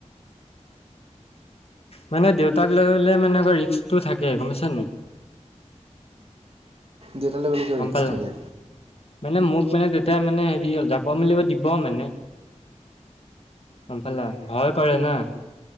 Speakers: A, on the left; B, on the right.
A: মানে দেউতাক লৈলে মানে আকৌ ৰিক্কটো থাকে গমাইছ নে।
B: দেতালৈ বলে কে
A: গম
B: ৰিক্স
A: পালা
B: থাকে।
A: মানে মোক মানে তেতিয়া মানে হেৰি হ'ল যাব মেলিব দিব মানে। গম পালা ভয় কৰে না।